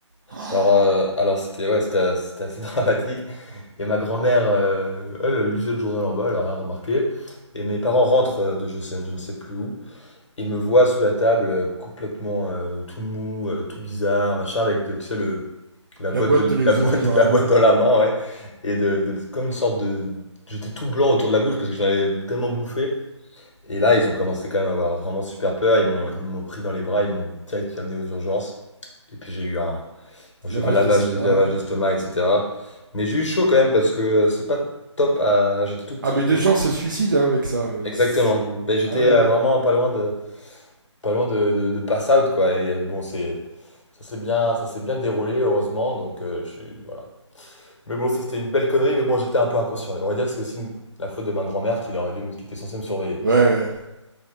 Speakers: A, on the right; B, on the left.
A: <gasps> Oh,
B: Alors, euh, alors c'était ouais, c'était as- c'était assez <laughs> dramatique. Et ma grand-mère, euh, elle, elle lisait le journal en bas, elle a rien remarqué. Et mes parents rentrent euh, de je, sais- je ne sais plus où et me voient sous la table euh, complètement euh, tout mou, euh, tout bizarre, machin, avec de- tu sais, le, la boîte
A: La boîte
B: de
A: de l'exomil
B: la boîte
A: dans
B: <laughs>
A: la
B: de la boîte
A: main,
B: dans la main, ouais. Et de, de- comme une sorte de... J'étais tout blanc autour de la bouche parce que j'en avais tellement bouffé. Et là, ils ont commencé quand même à avoir vraiment super peur. Ils m'ont, ils m'ont pris dans les bras, ils m'ont direct amené aux urgences. Et puis j'ai eu un, j'ai
A: lavage
B: eu un lavage,
A: d'estomac.
B: des lavages d'estomac, etc. Mais j'ai eu chaud quand même parce que c'est pas top. à- J'étais tout petit.
A: Ah, mais
B: et-
A: des gens se suicident hein, avec ça. euh,
B: Exactement.
A: C'est.
B: Ben, j'étais
A: Ah oui,
B: euh,
A: oui.
B: vraiment pas loin de, pas loin de, de, de pass out quoi. Et euh, bon, c'est, ça s'est bien, ça s'est bien déroulé heureusement. Donc euh, je suis, voilà. Mais bon, ça c'était une belle connerie. Mais bon, j'étais un peu inconscient. On va dire que c'est aussi une- la faute de ma grand-mère qui aurait dû, me- qui était censée me surveiller.
A: Ouais, ouais.